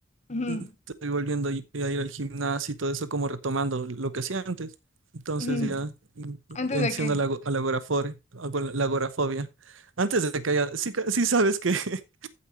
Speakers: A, on the left; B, on the right.
A: ujú,
B: Mm, Estoy volviendo a ir a ir al gimnasio y todo eso, como retomando lo que hacía antes. Entonces
A: ujú.
B: ya mm,
A: ¿Antes
B: venciendo
A: de qué?
B: a la, ago- a la agorafore- ago- la agorafobia. Antes de que haya... Sí, ca- sí sabes que <laughs>